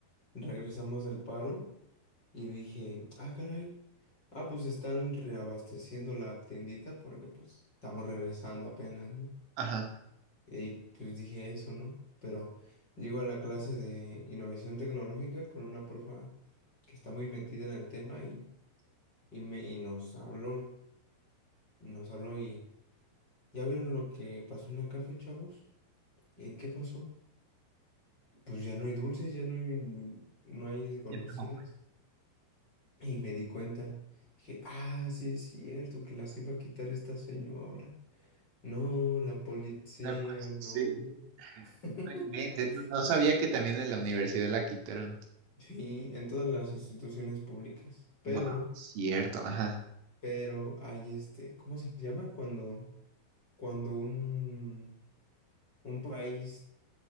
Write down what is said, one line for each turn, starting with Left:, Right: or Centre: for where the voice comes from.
Left: regresamos del paro y dije, ah, caray. Ah, pues están reabasteciendo la tiendita porque pues estamos regresando apenas, ¿no?
Right: Ajá.
Left: Y pues dije eso, ¿no? Pero llego a la clase de innovación tecnológica con una profa que está muy metida en el tema y, y me, y nos habló, nos habló y ¿ya vieron lo que pasó en la café, chavos? ¿En qué pasó? Pues ya no hay dulces, ya no hay, no hay golosinas.
Right: <laughs>
Left: Y me di cuenta, dije, ah, sí es cierto que las iba a quitar esta señora. No, la policía,
Right: No, pues,
Left: no.
Right: Sí.
Left: <laughs>
Right: No inventes, no no sabía que también en la universidad la quitaron.
Left: Sí, en todas las instituciones públicas. Pero,
Right: Bueno, cierto, ajá.
Left: pero hay este, ¿cómo se llama? Cuando, cuando un, un país